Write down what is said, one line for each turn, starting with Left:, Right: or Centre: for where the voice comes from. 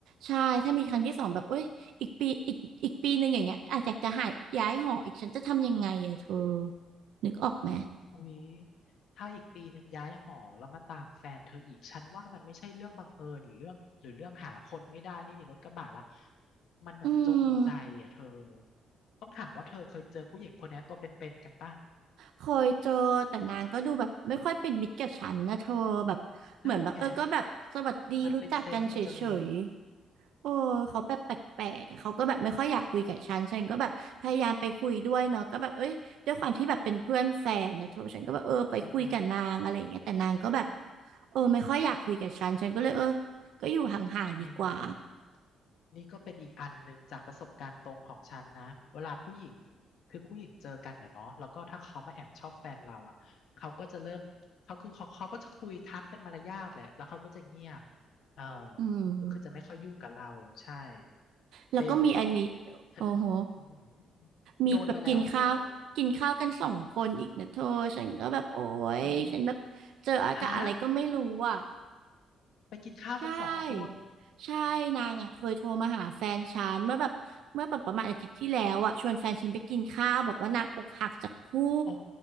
Right: ใช่ถ้ามีครั้งที่สองแบบเอ้ยอีกปีอีกอีกปีหนึ่งอย่างเงี้ยอาจจะจะหายย้ายหออีกฉันจะทำยังไงอะเธอนึกออกไหม
Left: อุ๊ยถ้าอีกปีหนึ่งย้ายหอแล้วมาตามแฟนเธออีก ฉันว่ามันไม่ใช่เรื่องบังเอิญหรือเรื่องหรือเรื่องหาคนไม่ได้ไม่มีรถกระบะละมันเหมือนจงใจอ่ะเธอ
Right: อืม
Left: ต้องถามว่าเธอเคยเจอผู้หญิงคนนี้ตัวเป็นๆกันป่ะ
Right: เคยเจอแต่นางก็ดูแบบไม่ค่อยเป็นมิตรกับฉันนะเธอแบบเหมือนแบบเออก็แบบสวัสดีรู้จักกันเฉย
Left: นั่นไงมันเป็นเซนส์เราจะรู้
Right: โอ้เขาแบบแปลกๆอะเขาก็แบบไม่ค่อยอยากคุยกับฉันฉันก็แบบพยายามไปคุยด้วยเนาะก็แบบเอ้ยด้วยความที่แบบเป็นเพื่อนแฟนนะเธอฉันก็แบบเออไปคุยกับนางอะไรอย่างเงี้ยแต่นางก็แบบ
Left: ใช่ไหม
Right: เออไม่ค่อยอยากคุยกับฉันฉันก็เลยเออก็อยู่ห่างๆดีกว่า
Left: นี่ล่ะนี่ก็เป็นอีกอันหนึ่งจากประสบการณ์ตรงของฉันนะเวลาผู้หญิงคือผู้หญิงเจอกันนะเนาะแล้วก็ถ้าเขามาแอบชอบแฟนเราอ่ะเขาก็จะเริ่มเขาคือเขาเขาก็จะคุยทักเป็นมารยาทแหละแล้วเขาก็จะเงียบเออ
Right: อืม
Left: ก็คือจะไม่ค่อยยุ่งกับเราใช่
Right: แล้วก็มีอันนี้
Left: เป็นเพราะฉันอื้อหือ
Right: โอ้โหมีแบบกินข้าวกินข้าวกันสองคนอีกนะเธอฉันก็แบบโอ้ยฉันแบบเจออากาศอะไรก็ไม่รู้อ่ะ
Left: โดนมาแล้วเธอเออฮะไปกินข้าวกันสองคน
Right: ใช่ใช่นางอ่ะเคยโทรมาหาแฟนฉันเมื่อแบบเมื่อแบบประมาณอาทิตย์ที่แล้วอ่ะชวนแฟนฉันไปกินข้าวบอกว่านางอกหักจากผู้
Left: โอ้